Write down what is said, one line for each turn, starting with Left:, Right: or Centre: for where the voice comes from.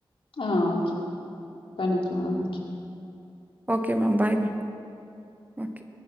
Left: ஆஹ் ஓகே பண்ணிக்கலா okay
Right: okay ma'am bye ma'am okay